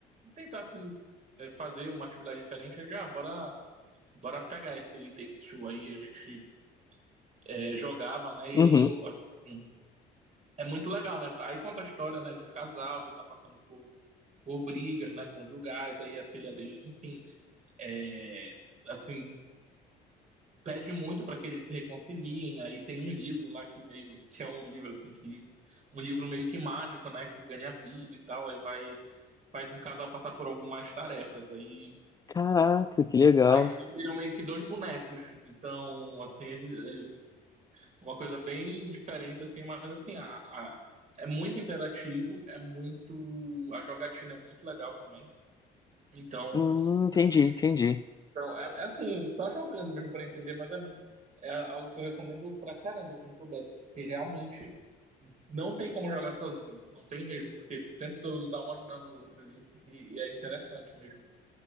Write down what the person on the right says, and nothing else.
tentar, assim, é, fazer uma atividade diferente, eu já, ah, bora, bora pegar esse Take-Two aí, a gente é, jogava, né, e
aí, eu, assim, é muito legal, né, aí conta a história, né, de um casal que tá passando por por brigas, né, conjugais, aí a filha deles, enfim, É, assim, pede muito para que eles se reconciliem. Aí tem um livro lá que meio <laughs> que é um livro assim que um livro meio que mágico, né, que ganha vida e tal, aí vai faz o casal passar por algumas tarefas. Aí
aí eles viram meio que dois bonecos. Então, assim, eles- eles- uma coisa bem diferente assim, mas assim, a, a- é muito interativo, é muito a jogatina é muito legal também. Então,
Assim,
então, é, é assim, só jogando mesmo para entender, mas é, é algo que eu recomendo pra caramba, quem puder, porque realmente não tem como jogar sozinho, não tem mesmo, porque o tempo todo tá um ajudando o outro ali, e, e é interessante mesmo.